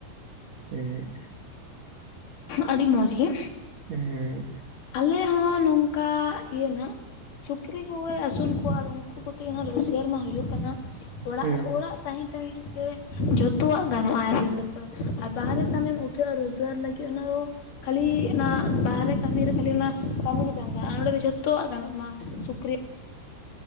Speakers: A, on the right (about 60°); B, on the left (about 45°).
A: ᱦᱮᱸᱜ᱾
B: ᱟᱹᱰᱤ ᱢᱚᱡᱽ ᱜᱮ
A: ᱦᱮᱸ
B: ᱟᱞᱮ ᱦᱚᱸ ᱱᱚᱝᱠᱟ ᱤᱭᱟᱹ ᱱᱟᱦᱟᱸᱜᱼᱼ ᱥᱩᱠᱨᱤ ᱠᱚᱜᱮ ᱟᱥᱩᱞ ᱠᱚᱣᱟ ᱟᱨ ᱩᱱᱠᱩ ᱠᱚᱛᱮ ᱦᱚᱸ ᱨᱳᱡᱽᱜᱟᱨ ᱢᱟ ᱦᱩᱭᱩᱜ ᱠᱟᱱᱟ ᱚᱲᱟᱜᱼᱚᱲᱟᱜᱼᱼ
A: ᱦᱮᱸ
B: ᱛᱟᱦᱮᱸ ᱛᱟᱦᱮᱸ ᱛᱮ ᱡᱷᱚᱛᱚᱣᱟᱜ ᱜᱟᱱᱚᱜ-ᱟ ᱥᱮ ᱞᱟᱹᱯᱟᱹ ᱟᱨ ᱵᱟᱦᱨᱮ ᱠᱟᱢᱤᱢ ᱩᱴᱷᱟᱹᱜ-ᱟ ᱨᱳᱡᱽᱜᱟᱨ ᱞᱟᱹᱜᱤᱫᱼᱼ ᱪᱮᱫ ᱦᱚᱸ ᱵᱟᱸᱜ ᱠᱷᱟᱹᱞᱤ ᱚᱱᱟ ᱵᱟᱦᱨᱮ ᱠᱟᱢᱤ ᱨᱮ ᱠᱷᱟᱹᱞᱤ ᱚᱱᱟ ᱠᱟᱢᱤ ᱜᱮ ᱛᱟᱦᱮᱱ ᱠᱟᱱᱟ ᱟᱨ ᱱᱚᱸᱰᱮ ᱫᱚ ᱡᱷᱚᱛᱚᱣᱟᱜ ᱜᱟᱱᱚᱜ ᱢᱟ ᱥᱩᱠᱨᱤᱼᱼ